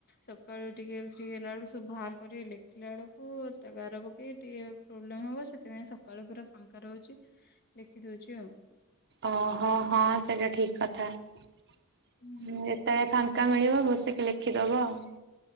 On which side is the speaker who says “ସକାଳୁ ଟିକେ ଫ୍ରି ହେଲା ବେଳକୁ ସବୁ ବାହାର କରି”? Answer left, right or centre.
Left